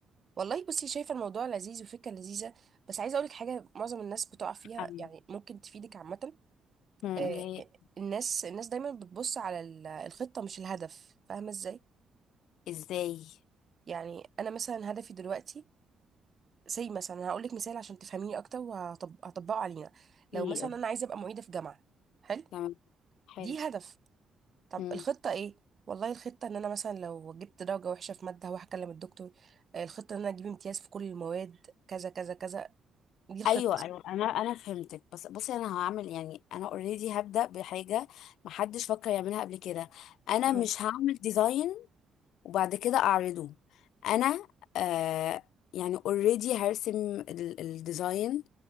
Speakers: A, on the right (about 40°); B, on the left (about 80°).
A: والله بصي شايفة الموضوع لذيذ وفكرة لذيذة بس عايزة اقولك حاجة معظم الناس بتقع فيها
B: أيوة.
A: يعني ممكن تفيدك عامة
B: مم،
A: آه،
B: اللي هي
A: الناس الناس دايما بتبص على ال- الخطة مش الهدف فاهمة ازاي؟
B: ازاي
A: يعني انا مثلا هدفي دلوقتي زي مثلا هقولك مثال عشان تفهميني اكتر وهطبقه علينا لو
B: إيه.
A: مثلا انا عايزة ابقى معيدة في جامعة حلو؟
B: تمام حلو
A: دي هدف طب
B: مم.
A: الخطة ايه؟ والله الخطة ان انا مثلا لو جبت درجة وحشة في مادة هروح اكلم الدكتور آه، الخطة ان انا اجيب امتياز في كل المواد كذا كذا كذا دي الخطة
B: ايوه
A: صح؟
B: ايوه انا انا فهمتك بس بصي انا هعمل يعني انا اوريدي هبدا بحاجه محدش فكر يعملها قبل كده انا
A: مم.
B: مش هعمل ديزاين وبعد كده اعرضه انا آه يعني اوريدي هرسم ال- الديزاين